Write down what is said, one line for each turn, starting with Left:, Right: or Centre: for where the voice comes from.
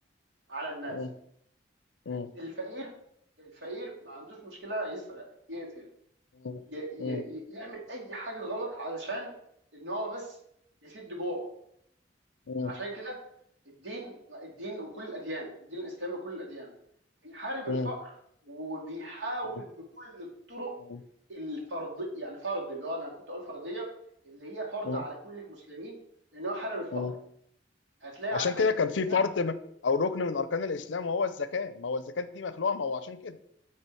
Right: على الناس
Left: مم، مم،
Right: الفقير الفقير ما عندوش مشكله يسرق يقتل
Left: مم،
Right: ي ي
Left: مم،
Right: ي يعمل اي حاجه غلط علشان ان هو بس يسد جوعه
Left: مم،
Right: عشان كده الدين الدين وكل الاديان الدين الاسلامي وكل الاديان بيحارب
Left: مم،
Right: الفقر وبيحاول
Left: مم،
Right: بكل الطرق
Left: مم،
Right: الفرض يعني فرض اللي هو انا كنت اقول فرضيه اللي هي فرض
Left: مم،
Right: على كل المسلمين لان هو حارب الفقر
Left: مم.
Right: هتلاقي
Left: عشان
Right: عندك
Left: كده
Right: في
Left: كان
Right: الاسلام
Left: في فرض م- او ركن من اركان الاسلام وهو الزكاه ما هو الزكاه دي مخلوقه ما هو عشان كده